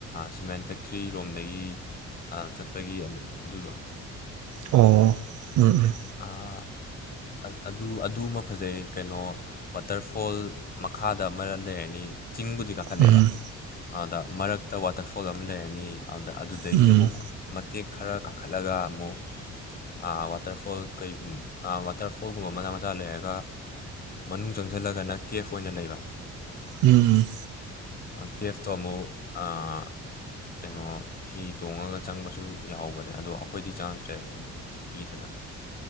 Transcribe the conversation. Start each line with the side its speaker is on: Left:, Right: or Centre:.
Left: ꯁꯤꯃꯦꯟ ꯐꯦꯛꯇ꯭ꯔꯤꯔꯣꯝꯗꯒꯤ ꯆꯠꯄꯒꯤ ꯑꯗꯨꯗꯣ
Right: ꯑꯣ ꯎꯝ ꯎꯝ
Left: ꯑ ꯑꯗꯨ ꯑꯗꯨꯃ ꯐꯖꯩ ꯀꯩꯅꯣ ꯋꯥꯇꯔꯐꯣꯜ ꯃꯈꯥꯗ ꯑꯃ ꯂꯩꯔꯅꯤ ꯆꯤꯡꯕꯨꯗꯤ ꯀꯥꯈꯠꯂꯦꯕ
Right: ꯎꯝ
Left: ꯑꯗ ꯃꯔꯛꯇ ꯋꯥꯇꯔꯐꯣꯜ ꯑꯃ ꯂꯩꯔꯅꯤ ꯑꯧꯗ ꯑꯗꯨꯗꯒꯤ
Right: ꯎꯝ
Left: ꯑꯃꯨꯛ ꯃꯠ ꯇꯦꯛ ꯈꯔ ꯀꯥꯈꯠꯂꯒ ꯑꯃꯨꯛ ꯑ ꯋꯥ ꯇꯔꯐꯣꯜ ꯀꯩꯒꯨꯝ ꯑ ꯋꯥꯇꯔꯐꯣꯜꯒꯨꯝꯕ ꯃꯆꯥ ꯃꯆꯥ ꯂꯩꯔꯒ ꯃꯅꯨꯡ ꯆꯪꯁꯜꯂꯒꯅ ꯀꯦꯐ ꯑꯣꯏꯅ ꯂꯩꯕ
Right: ꯎꯝ
Left: ꯀꯦꯐꯇꯣ ꯑꯃꯨꯛ ꯑꯥ ꯀꯩꯅꯣ ꯍꯤ ꯇꯣꯡꯉꯒ ꯆꯪꯕꯁꯨ ꯌꯥꯎꯍꯧꯕꯅꯦ ꯑꯗꯣ ꯑꯈꯣꯏꯗꯤ ꯆꯪꯉꯛꯇ꯭ꯔꯦ ꯀꯤꯗꯅ